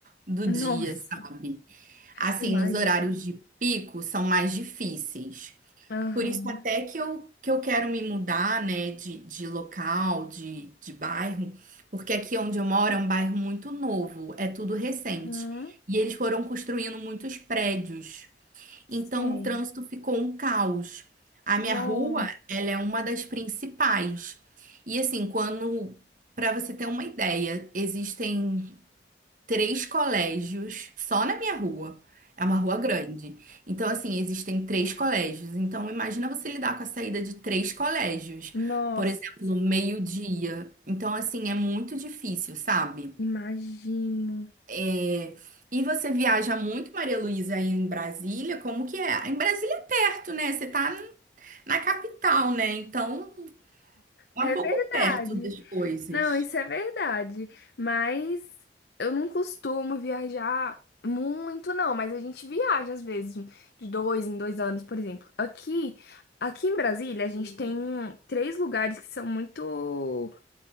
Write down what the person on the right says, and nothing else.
do
dia, sabe? Assim,
nos horários de pico são mais difíceis.
Por isso até que eu, que eu quero me mudar, né, de, de local, de, de bairro, porque aqui onde eu moro é um bairro muito novo, é tudo recente.
E eles foram construindo muitos prédios.
Então o trânsito ficou um caos. A
minha rua, ela é uma das principais. E assim, quando, para você ter uma ideia, existem três colégios só na minha rua. É uma rua grande. Então, assim, existem três colégios. Então, imagina você lidar com a saída de três colégios.
Por exemplo, meio-dia. Então, assim, é muito difícil, sabe?
É, E você viaja muito, Maria Luísa, aí em Brasília? Como que é? Em Brasília é perto, né? Você tá na capital, né? Então, é
um pouco
perto das coisas.